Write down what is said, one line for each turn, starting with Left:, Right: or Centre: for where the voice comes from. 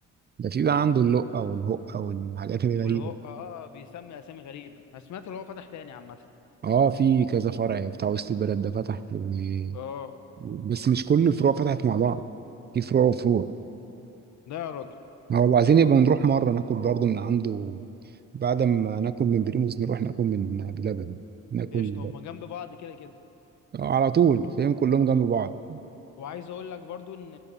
Right: ده في بقى عنده اللقة والهقة والحاجات الغريبة
Left: واللي هو اه آه، بيسمي اسامي غريب انا سمعت اللي هو فتح تاني عامه
Right: اه في كذا فرع بتاع وسط البلد ده فتح و...
Left: اه
Right: بس مش كل الفروع فتحت مع بعض في فروع وفروع
Left: ده يا راجل
Right: ما والله عايزين يبقى نروح مرة ناكل برضه من عنده بعد ما ناكل من بريموس نروح ناكل من بلبن ناكل
Left: قشطه هما جنب بعض كده كده
Right: آه، على طول فاهم كلهم جنب بعض
Left: وعايز اقول لك برضو ان